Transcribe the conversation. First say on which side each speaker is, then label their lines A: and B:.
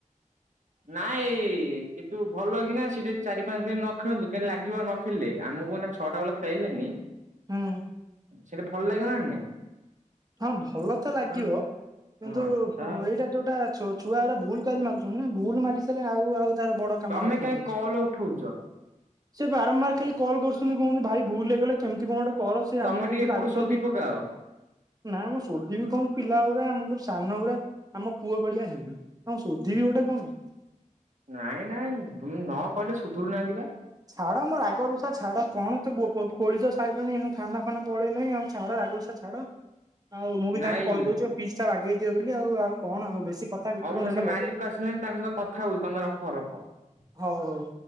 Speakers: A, on the right; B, on the right.
A: ନାଇଁ, କିନ୍ତୁ ଭଲ କିନା ସେଠି ଚାରି ପାଞ୍ଚ ଦିନ ନ ଖେଳନ୍ତୁ। କେମତି ଲାଗିବ ନ ଖେଳିଲେ। ଆମକୁ ମାନେ ଛଅଟା ବେଳେ ଖେଳେଇ ଲେନି।
B: ହୁଁ
A: ସେଠା ଭଲ ଲାଗିବ ନା ନାଇଁ।
B: ହଁ ଭଲ ତ ଲାଗିବ
A: ହଁ
B: କିନ୍ତୁ,
A: ହଁ ତା
B: ଏଇଟା ଯୋଉଟା ଛୁ ଛୁଆ ଗୁଡା ଭୁଲ କାହିଁକି ମାଗୁଛନ୍ତି ନା। ଭଲ ମାଗି ସାରିଲେ ଆଉ ଆଉ ତାର ବଡ କାମ
A: ତମେ
B: ଆଉ କଣ
A: କାହିଁ
B: ଅଛି।
A: କଲ ଉଠଉଛ
B: ସେ ବାରମ୍ବାର ଖାଲି କଲ୍ କରୁଛନ୍ତି। କହନ୍ତି ଭାଇ ଭୁଲ ହେଇଗଲା କେମିତି କଣ କର ସେ
A: ତମେ
B: ଆମ ସହିତ
A: ଟିକେ ଏପଟୁ
B: ଲାଗୁଛନ୍ତି।
A: ଶୋଧି ପକାଅ।
B: ନା ମୁଁ ସୋଧିବି କଣ ପିଲା ଗୁରା, ଆମଠୁ ସାନ ଗୁରା ଆମ ପୁଅ ବଡିଆ ହେବେ। ଆଉ ସୋଧିବି ଗୋଟେ କଣ।
A: ନାଇଁ ନାଇଁ ନ କହିଲେ ସୁଧୁରୁ ନାହାଁନ୍ତି ବା।
B: ଛାଡ ମୋ ରାଗରୁଷା ଛାଡ କଣ ତୁ ଖୋଳିଚ ସାଇିଲୁଣି ଏ ଥାନା ଫାନା ପଳେଇଲେଣି ଆଉ ଛାଡ। ରାଗରୁଷ ଛାଡ। ଆଉ ମୁଁ ବି
A: ନାଇଁ
B: ତାଙ୍କୁ କହିଦଉଛି ଫିଜ ଟା ବାଗେଇଦିଅ ବୋଲି ଆଉ। ଆଉ କଣ ଆଉ ବେଶୀ କଥା ଭିତରୁ
A: ହଁ ମୁଁ
B: ନେଲେ
A: ସେ
B: ହବ
A: ମାଲିକ ଆସିଲେଣିି ତାଙ୍କ ସହିତ କଥା ହଉଛି। ତମେ ରଖ ରଖ।
B: ହଉ ହଉ।